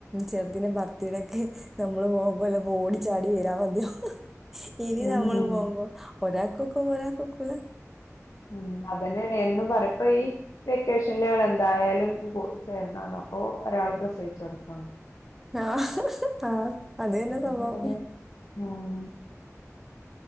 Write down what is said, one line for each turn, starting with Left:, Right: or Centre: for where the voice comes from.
Centre: ചെറുത്തി ന്റെ ബർത്തിടക്. നമ്മള് പോകുമ്പോല്ല ഓട ചാടി വരാ മതിയോ ഇനി
Left: ഉം
Centre: നമ്മള്
Left: ഉം
Centre: പോകുമ്പോ ഒരാൾകൊക്കുംപോ ഒരൾക് ക്കൊക്കൂല.
Left: ഉം അതന്നേനേ എന്നും പറപ്പോ ഈ വെക്കേഷനൽള് എന്തായാലും. ചേരന്നാണ് അപ്പൊ ഒരാൾ പ്രസവിച്ച എടുക്കാണ്.
Centre: ആ ആഹ അത തന്നെ സംഭവം.
Left: അപ്പൊ പിന്നെ ഉം